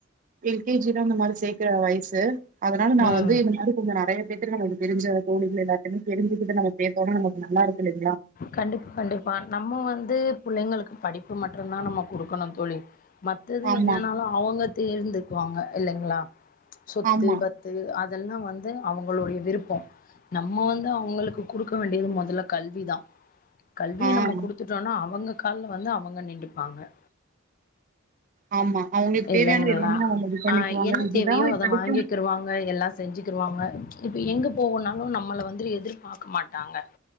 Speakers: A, on the right; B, on the left.
A: எல் கே ஜி தான் இந்த மாரி சேர்க்கற வயசு <unintelligible> அதனால நான
B: ம்
A: வந்து இந்த மாரி கொஞ்சம் நெறைய பேத்து ந தெரிஞ்ச கோழிகள் எல்லாத்தமே தெரிஞ் இது நம்மோட நக்கு நல்லா இருக்கு இல்லங்ளா
B: கண்டிப்பா கண்டிப்பா நம்ம வந்து புள்ளைங்களுக்கு படிப்பு மட்டும்தான் நம்ம குடுக்கணும் தோழி மத்தது
A: ஆமா
B: என்னன்னாலும் அவங்க தேர்ந்தக்குவாங்க இல்லங்களா சொத்து
A: ஆமா
B: பத்து அது அதெல்லாம் வந்து அவங்களுடைய விருப்பம் நம்ம வந்து அவங்களுக்கு கொடுக்க வேண்டியது முதல்ல கல்விதான் கல்விய
A: ஆ
B: நம்ம குடுத்துட்டோம்னா அவங்க கால்ல வந்து அவங்க நின்டுப்பாங்க
A: ஆமா அவங்களுக்கு தேவையானது
B: இல்லங்களா
A: எல்லாமே அவங்க இது பண்ணிக்குவாங்க
B: அஹ் என்ன
A: இதுதா
B: தேவையோ
A: இப்பதைக்கு
B: அத வாங்கக்குருவாங்க எல்லாம் செஞ்சுக்கருவாங்க இப்ப எங்க போகனாலும் நம்மள வந்து எதியும் எதிர்பார்க்க மாட்டாங்க